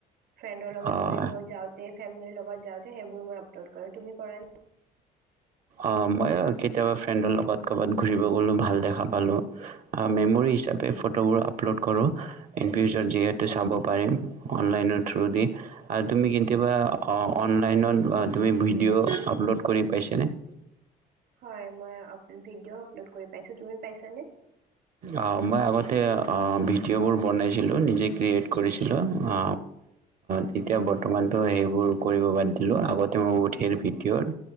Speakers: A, on the right; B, on the right.
A: ফ্ৰেণ্ডৰ লগত
B: হয়।
A: ফুৰিব যাওঁতে, ফেমেলি লগত যাওঁতে সেইবোৰো মই লোড কৰোঁ। তুমি কৰা নে?
B: অ' ময়ো কেতিয়াবা ফ্ৰেণ্ডৰ লগত ক'ৰবাত ঘূৰিব গ'লো, ভাল দেখা পালোঁ, আ মেমৰি হিচাপে ফটোবোৰ আপলোড কৰোঁ। ইনফিউচাৰ যিহেতু চাব পাৰিম। অনলাইনৰ থ্ৰু দি আৰু তুমি কেতিয়াবা অনলাইনত তুমি ভিডিঅ' আপলোড কৰি পাইছানে?
A: হয় মই আপ-ভিডিঅ' লোড কৰি পাইছো, তুমি পাইছা নে?
B: আ মই আগতে ভিডিঅ'বোৰ বনাইছিলোঁ, নিজে ক্ৰিয়েট কৰিছিলোঁ। আ তেতিয়া বৰ্তমানতো সেইবোৰ কৰিব বাদ দিলোঁ। আগতে মই বহু ধেৰ ভিডিঅ'